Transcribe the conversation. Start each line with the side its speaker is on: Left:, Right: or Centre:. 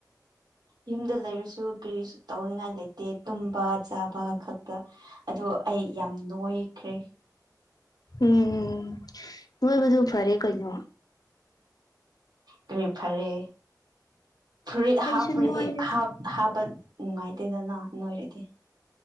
Right: ꯌꯨꯝꯗ ꯂꯩꯔꯁꯨ ꯀꯔꯤꯁꯨ ꯇꯧꯅꯤꯡꯉꯥꯏ ꯂꯩꯇꯦ ꯇꯨꯝꯕ ꯆꯥꯕ ꯈꯛꯇ ꯑꯗ ꯑꯩ ꯌꯥꯝ ꯅꯨꯡꯉꯥꯏꯈ꯭ꯔꯦ
Left: ꯎꯝ ꯍꯕꯗꯨꯨ ꯐꯔꯦ ꯀꯣꯏꯅ
Right: ꯔꯔꯤꯐꯔꯦ ꯐꯨꯔꯤꯠ ꯍꯥꯞꯄ꯭ꯔꯗꯤ
Left: ꯑꯩꯁꯨ ꯅꯣꯏꯔꯦ
Right: ꯍꯥꯞꯄ ꯅꯨꯡꯉꯥꯏꯇꯦꯗꯅ ꯅꯣꯏꯔꯗꯤ